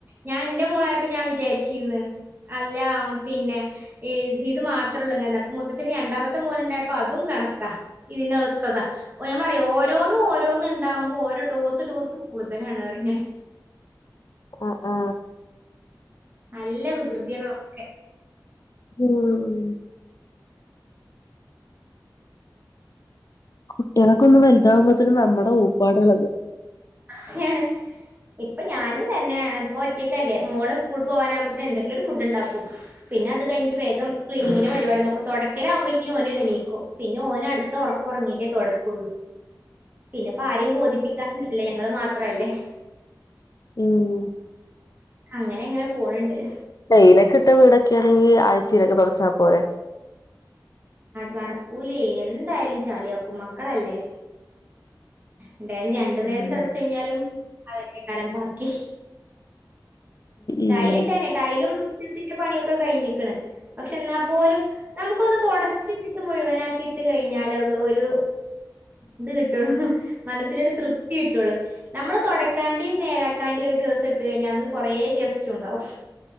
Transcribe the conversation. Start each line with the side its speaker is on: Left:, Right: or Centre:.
Right: ഞാൻ എന്റെ മോളായപ്പോ ഞാൻ വിചാരിച്ചിന്ന് അല്ല പിന്നെ ഇത് മാത്രേള്ളപ്പ മൂത്തച്ചന് രണ്ടാമത്തെ മോനുണ്ടായപ്പോ അതും കണക്കാ ഇതിന്റെ ഒത്തതാ ഓ ഞാൻ പറയാ ഓരോന്നും ഓരോന്നും ഉണ്ടാവുമ്പോ ഓരോ ടോസ്ടോസ് കൂടുതലാണ് അറിഞ്ഞാൽ
Left: അ ആ
Right: നല്ല വികൃതിയാ ഒക്കെ
Left: ഉം കുട്ടികളൊക്ക ഒന്ന് വലുതാവുമ്പോത്തേ നമ്മുടെ ഊപ്പാട എളകും
Right: അങ്ങാനെയാണ് ഇപ്പൊ ഞാനും തന്നെ ഒറ്റയ്ക്കല്ലേോ മോളെ സ്കൂൾ പോകാനാവുമ്പോത്തിന് എന്തെങ്കിലും ഒരു ഫുഡ് ഉണ്ടാക്കും പിന്നെ അ കിഞ്ഞിട്ട് വേഗം ക്ലീനിങ്ങിന് പരിപാടി നൊക്കും തുടക്കലാവുമ്പോത്തിന് ഓനെ എണീക്കും പിന്നെ ഓനടുത്ത് ഉറക്കുറങ്ങിട്ടേ തുടക്കുള്ളൂ പിന്നെപ്പ ആരെയും ബോധിപ്പിക്കാൻ ഇല്ലേ ഞങ്ങള് മാത്രല്ലേ
Left: ഉം
Right: അങ്ങനെ അങ്ങനെ പോണണ്ട്
Left: ടെയ്ലൊ ഒക്കെ ഇട്ട വീടൊക്കെ ആണെങ്കിൽ ആഴ്ചയിലൊക്കെ തുടച്ചാൽ പോരെ
Right: നടക്കൂലെ എന്തായാലും ചാളിയാക്കും മക്കളല്ലേ എന്തായാലും രണ്ടു നേരം
Left: ഉം
Right: തടച്ച കഴിഞ്ഞാലും അവന്റെ കാരം ബാക്കി ടൈലിട്ട
Left: ഉം
Right: എന്നെ ടൈലും മുറ്റത്തിന്റെ പണിയൊക്കെ കഴിഞ്ഞിക്ക്‌ണ് പക്ഷെ എന്നാ പോലും നമുക്കൊന്ന് തുടച്ച് ച്ച് മുഴുവനാക്കി ഇട്ട് കഴിഞ്ഞാലൊള്ളൂ ഒരു ഇത് കിട്ടള്ളു മനസ്സിനൊ ഒരു തൃപ്തി കിട്ടുള്ളു നമ്മള് തുടക്കാണ്ടിയും നേരാക്കാണ്ടിയ ഒരു ദിവസം ഇട്ട് കഴിഞ്ഞാൽ അന്ന് കൊറേ ഗെസ്റ്റും ഉണ്ടാവും